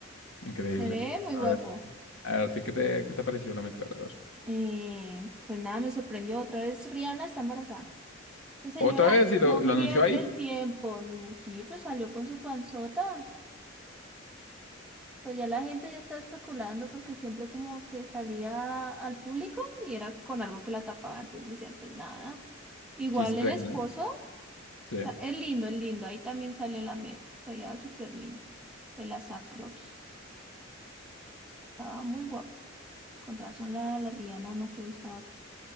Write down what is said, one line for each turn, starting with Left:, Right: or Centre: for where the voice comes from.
Left: increíble.
Centre: Se ve muy
Left: A
Centre: guapo.
Left: ver, a ver, ¿a ti qué te, qué te pareció la Met Gala? A ver.
Centre: Eh, pues nada, me sorprendió otra vez, Rihanna está embarazada. Esta
Left: Otra
Centre: señora
Left: vez, y
Centre: no
Left: lo, lo
Centre: pierde
Left: anunció ahí.
Centre: el tiempo. no, Sí, pues salió con su panzota. Pues ya la gente ya está especulando porque siempre como que salía al público y era con algo que la tapaba, entonces decían, pues nada. Igual
Left: She's pregnant.
Centre: el esposo,
Left: Sí,
Centre: ta- es lindo, es lindo. Ahí también salió en la media. Se veía súper lindo. El ASAP Rocky. Estaba muy guapo. Con razón la, la Rihanna no puede estar